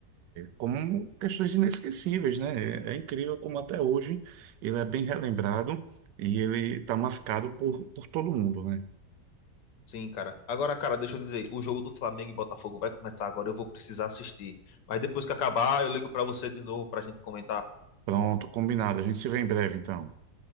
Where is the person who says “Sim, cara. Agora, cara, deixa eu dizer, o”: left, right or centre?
Left